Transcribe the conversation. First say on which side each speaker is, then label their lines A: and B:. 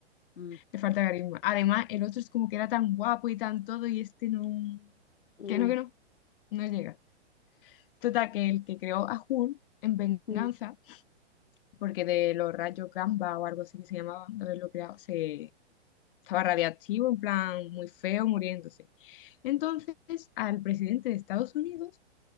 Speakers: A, on the left; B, on the left.
A: Mm,
B: Le falta carisma. Además, el otro es como que era tan guapo y tan todo, y este no.
A: mm,
B: Que no, que no, no llega. Total, que el que creó a Hulk en venganza,
A: mm.
B: porque de los rayos gamma o algo así que se llamaba, de haberlo creado, se estaba radiactivo, en plan muy feo, muriéndose. Entonces, al presidente de Estados Unidos